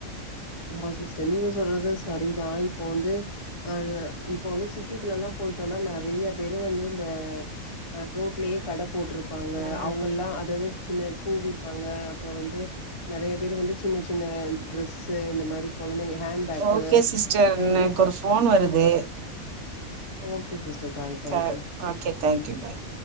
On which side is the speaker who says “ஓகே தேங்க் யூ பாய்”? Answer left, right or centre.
Right